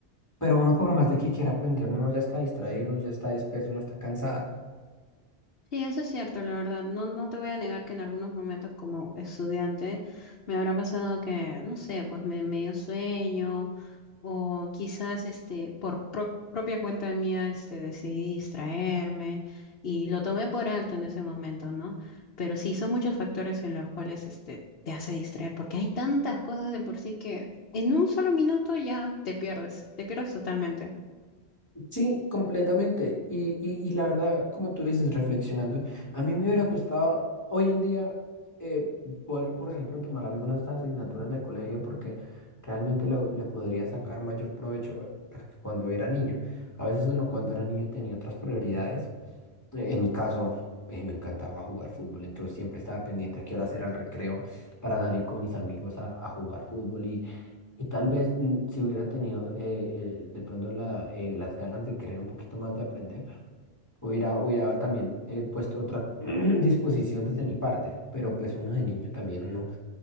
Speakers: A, on the left; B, on the left.
A: pero uno por más de que quiera aprender, uno ya está distraído, uno ya está disperso, uno está cansado.
B: Sí, eso es cierto, la verdad. No, no te voy a negar que en algunos momentos como estudiante me habrá pasado que, no sé, pues me me dio sueño o quizás este, por pro- propia cuenta mía, este, decidí distraerme y lo tomé por alto en ese momento, ¿no? Pero sí, son muchos factores en los cuales este, te hace distraer porque hay tantas cosas de por sí que en un solo minuto ya te pierdes, te pierdes totalmente.
A: Sí, completamente. Y, y, y la verdad, como tú dices, reflexionando, a mí me hubiera gustado hoy en día eh, poder, por ejemplo, tomar algunas asignaturas del colegio porque realmente lo- le podría sacar mayor provecho eh, cuando era niño. A veces uno cuando era niño tenía otras prioridades eh, En mi caso, eh, me encantaba jugar fútbol, entonces siempre estaba pendiente a qué hora era el recreo para salir con mis amigos a, a jugar fútbol y, y tal vez mm, si hubiera tenido eh, eh, de pronto la, eh, las ganas de querer un poquito más de aprender, hubiera, hubiera también eh, puesto otra <clears throat> disposición desde mi parte, pero pues uno de niño también, uno